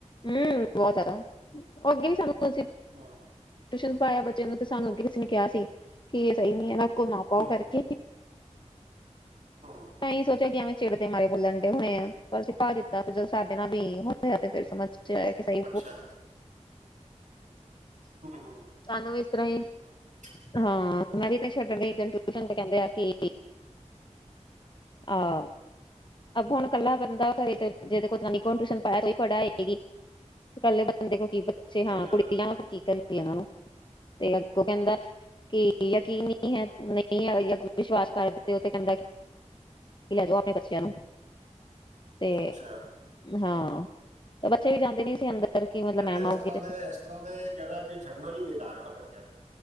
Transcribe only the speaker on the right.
ਹਾਂ।
ਹੂੰ
ਹਾਂ।
ਅੱਛਾ। ਹੂੰ ਹੂੰ
ਹੂੰ
ਸਹੀ
ਗੱਲ
ਹੈ
ਅੱਛਾ
ਹਮ।
ਮੇ ਤਾਂ,
ਏਸ
ਤਰ੍ਹਾਂ ਦੇ, ਇਸ ਤਰ੍ਹਾਂ ਦੇ ਜਗ੍ਹਾ ਤੇ ਛੱਡਣਾ ਵੀ ਬੇਕਾਰ ਹੈਨਾ ਬੱਚਿਆਂ ਨੂੰ।